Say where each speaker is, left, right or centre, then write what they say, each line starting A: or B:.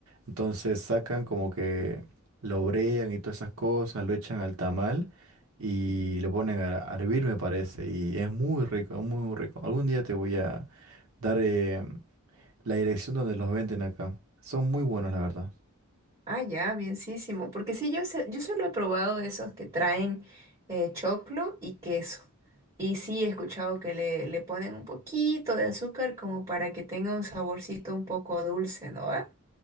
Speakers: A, on the right; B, on the right.
A: Entonces sacan como que lo brean y todas esas cosas, lo echan al tamal y lo ponen a a hervir, me parece. Y es muy rico, muy, muy rico. Algún día te voy a dar eh, la dirección donde los venden acá. Son muy buenos, la verdad.
B: Ah, ya, bienísimo. Porque sí, yo, sé- yo solo he probado esos que traen eh, choclo y queso. Y sí, he escuchado que le, le ponen un poquito de azúcar como para que tenga un saborcito un poco dulce, ¿no va?